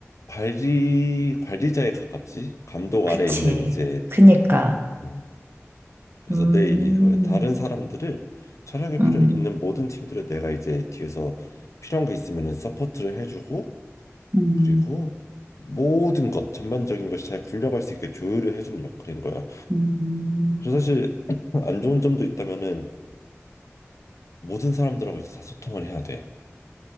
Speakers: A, on the left; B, on the right.
A: 관리 관리자에 가깝지. 감독
B: 그치.
A: 아래 있는 이제
B: 그니까.
A: 음, 그래서
B: 음,
A: 내 일이 그거야. 다른 사람들을 촬영에 필요
B: 음,
A: 있는 모든 팀들을 내가 이제 뒤에서 필요한 게 있으면은 서포트를 해주고
B: 음,
A: 그리고 모든 것 전반적인 것이 잘 굴려갈 수 있게 조율을 해주는 역할인 거야.
B: 음.
A: 그래서 사실 <clears throat> <laughs> 안 좋은 점도 있다면은 모든 사람들하고 이제 다 소통을 해야 돼.